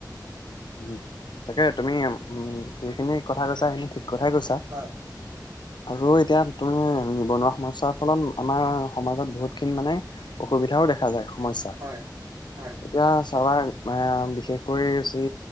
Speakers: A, on the left; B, on the right.
A: উ তাকে তুমি উ যিখিনি কথা কৈছা সেইখিনি ঠিক কথাই কৈছা
B: হয়
A: আৰু এতিয়া তুমি নিবনুৱা সমস্যাৰ ফলত আমাৰ সমাজত বহুতখিনি মানে অসুবিধাও দেখা যায় সমস্যাৰ।
B: হয় হয়
A: এতিয়া চাবা বিশেষকৈ যি